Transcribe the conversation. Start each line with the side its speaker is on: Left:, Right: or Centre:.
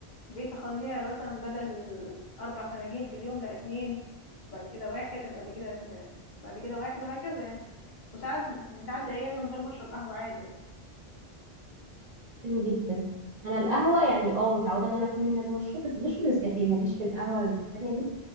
Left: بقيت اخليها مثلا بدل اربع فناجين في اليوم لا اتنين بعد كده واحد بعد كده اتنين، بعد كده واحد وهكذا يعني وساعات بتعدي ايام من غير ما اشرب قهوة عادي يعني.
Right: حلو جدا انا القهوة يعني اه متعودة ان انا كل يوم لازم اشرب بس بشرب نسكافيه ماليش في القهوة التانية دي